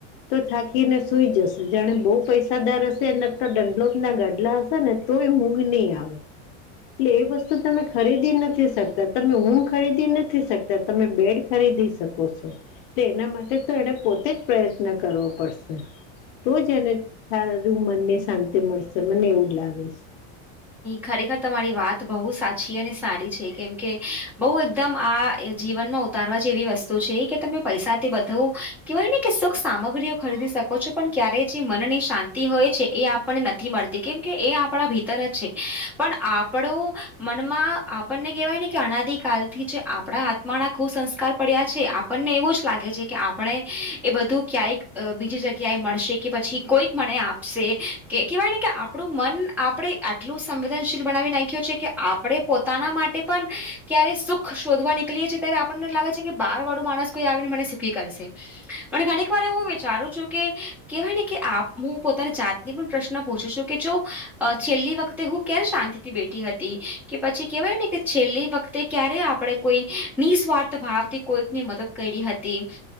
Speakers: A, on the left; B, in the centre.
A: તો થાકીને સુૂઈ જશે જાણે બહુ પૈસાદાર હશે એ દંડલોક ના ગઢલા હશે ને તો એ હું નહીં આવે એટલે એ વસ્તુ તમે ખરીદી નથી શકતા તમે ઊમ ખરીદી નથી શકતા તમે બેડ ખરીદી કો છો એના માટે તો એને પોતે જ પ્રયત્ન કરવો પડશે તો જ એને સારું મનને શાંતિ મળશે મને એવું લાગે છે
B: ખરેખર તમારી વાત બહુ સાચી અને સારી છે કેમ કે બહુ એકદમ આ જીવનમાં ઉતારવા જે એવી વસ્તુ છે કે તમે પૈસાથી બધવું કેવાય ને કે સુખ સામગ્રીઓ ખરીદી શકો ઓો પણ ક્યારેય જે મનની શાંતિ હોય છે એ આપણને નથી મળતી કેમ કે એ આપણા છે પણ આપણું મનમાં આપણને કહેવાયને કે અનાદ કલ થી જે આપણા મા ના કુ સંસ્કાર પડ્યા છે આપણને એવું જ લાગે છે કે આપણે એ બધું ક્યાંય બીજી જગ્યાએ મળશે કે પછી કોઈક મને આપશે કે કહેવાય ને કે આપણું મન આપણે આટલું સંવેદનશીલ બનાવી નાખ્યું છે કે આપણે પોતાના માટે પણ ક્યારે સુખ શોધવા નીકળીએ છીએ ત્યારે આપણને લાગે છે કે બહાર વાળું માણસ કોઈ આવીને મને સકીખી કરશે પણ ઘણીક વાર એું વિચારું છું કે કેવાય ને કે આપ હું પોતાની જાતની પણ પ્રશ્ન પૂછું છું કે જોું છેલ્લી વખતે હું ક્યારે શાંતિ થી બેઠી હતી કે પછી કેવાય ને કે છેલ્લી વખતે ક્યારે આપણે કોઈ નિસ્વાર્થ ભાવથી કોઈકની મદદ કરી હતી